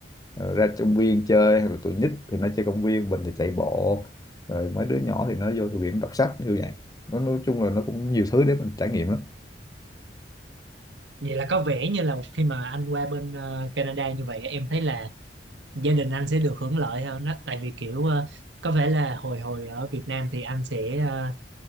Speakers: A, on the left; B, on the right.
A: Ờ, ra công viên chơi hay là tụi nít thì nó chơi công viên mình thì chạy bộ rồi mấy đứa nhỏ thì nó vô thư viện đọc sách như vậy nó nói chung là nó cũng nhiều thứ để mình trải nghiệm lắm
B: Vậy là có vẻ như là khi mà anh qua bên ờ, Canada như vậy em thấy là gia đình anh sẽ được hưởng lợi hơn đó tại vì kiểu ờ, có vẻ là hồi hồi ở Việt Nam thì anh sẽ ờ,